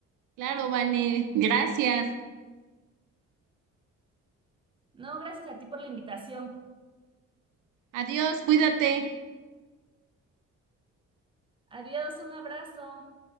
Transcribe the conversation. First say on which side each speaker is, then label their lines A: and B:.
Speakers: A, on the right; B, on the right.
A: Claro, Vane, gracias.
B: No, gracias a ti por la invitación.
A: Adiós, cuídate.
B: Adiós, un abrazo.